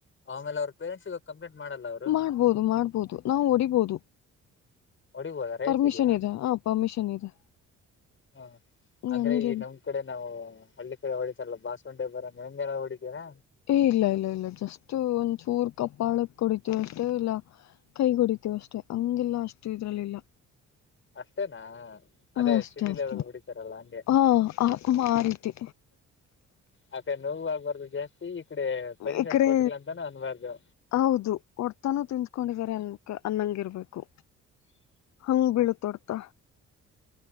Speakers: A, on the left (about 40°); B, on the left (about 65°).
A: ಆಮೇಲೆ ಅವ್ರ ಪೇರೆಂಟ್ಸಗ ಕಂಪ್ಲೇಂಟ್ ಮಾಡಲ್ಲ ಅವರು
B: ಮಾಡ್ಬೋದು ಮಾಡ್ಬೋದು ನಾವು ಹೊಡಿಬೋದು
A: ಹೊಡಿಬೋದ ರೈಟ್ಸ್
B: ಪರ್ಮಿಷನ್
A: ಇದೆಯಾ
B: ಇದೆ ಹ ಪರ್ಮಿಷನ್ ಇದೆ
A: ಹ ಅಂದ್ರೆ
B: ಹಂಗೇನ್
A: ಈ ನಮ್ ಕಡೆ ನಾವು ಹಳ್ಳಿ ಕಡೆ ಹೊಳ ಎಲ್ಲ ಬಾಸವಂಡಿಬ್ರ ಮೈ ಮೇಲೆ ಎಲ್ಲ ಹೊಡಿತೀರಾ
B: ಏ ಇಲ್ಲ ಇಲ್ಲ ಇಲ್ಲ ಜಸ್ಟ್ ಒಂದ್ ಚೂರ್ ಕಪ್ಪಾಳಕ್ ಕುಡಿತೀವಿ ಅಷ್ಟೆ ಇಲ್ಲ ಕೈ ಕುಡಿತವಿ ಅ ಅಷ್ಟೆ ಹಂಗಿಲ್ಲ ಅಷ್ಟು ಇದ್ರಲ್ಲಿಲ್ಲ
A: ಅಷ್ಟೇನಾ ಅದೇ
B: ಹಾಂ ಅಷ್ಟೇ
A: ಸಿಟಿ
B: ಅಷ್ಟೇ
A: ಲೆವೆಲ್ ಹೊಡಿತಾರಲ್ಲ ಹಂಗೆ
B: ಹಾಂ ಆ ಆ ರೀತಿ
A: ಮತ್ತೆ ನೋವು ಆಾಗಬಾರ್ದು ಜಾಸ್ತಿ ಈ ಕಡೆ ಪರಿಷತ್
B: ಈ ಕಡೆ
A: ಕೊಟ್ಟಿಲ್ಲ ಅಂತಾನ ಅನ್ಬಾರ್ದು
B: ಹೌದು ಹೊಡ್ತಾನೂ ತಿನ್ಸ್ಕೊಂಡಿದಿದ್ದಾರೆ ಅನ್ ಅನ್ನಂಗಿರ್ಬೇಕು ಹಂಗ ಬೀಳತೊಡ್ತ